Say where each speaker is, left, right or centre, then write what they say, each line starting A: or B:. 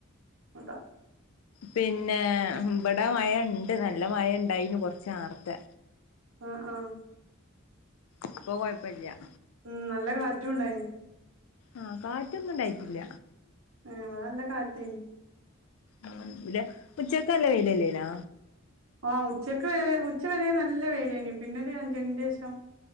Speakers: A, on the right; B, on the left.
A: അതാ
B: പിന്നെ ഇവിടെ മഴണ്ട് നല്ല മഴ ഇണ്ടായിനു കൊറച്ച് നാർത്തെ
A: ആഹ് ആഹ്
B: അപ്പോ കൊഴപ്പല്ല
A: ഉം നല്ല കാറ്റും ഇണ്ടായിനി
B: ആഹ് കാറ്റൊന്നും ഇണ്ടായിട്ടില്ല
A: ഉം ഇവിടെ നല്ല കാറ്റേനി
B: ആഹ് ലെ ഉച്ചക്കല്ല വെയിലല്ലേനാ
A: ആഹ് ഉച്ചക്ക് ഉച്ച വരെ നല്ല വെയിലേനി പിന്നെ ഒരു അഞ്ചെണിന്റെ ശേഷം